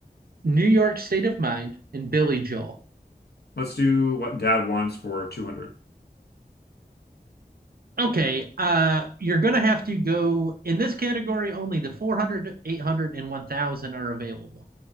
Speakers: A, on the right; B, on the left.
A: New York State of Mind, and Billy Joel.
B: Let's do what dad wants for 200.
A: Okay, uh, you're going to have to go in this category, only the 400, 800, and 1000 are available.